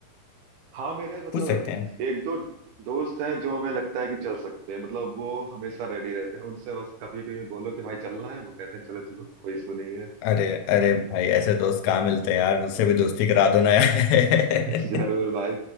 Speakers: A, on the right; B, on the left.
A: हाँ मेरे मतलब
B: पूछ सकते हैं
A: एक दो दोस्त हैं जो हमें लगता है कि चल सकते हैं मतलब वो हमेशा रेडी रहते हैं उनसे बस कभी भी बोलो कि भाई चलना है वो कहते हैं चलो चलो कोई इशू नहीं है
B: अरे अरे भाई ऐसे दोस्त कहाँ मिलते हैं यार मुझसे भी दोस्ती करा दो ना यार
A: <laughs> जरूर भाई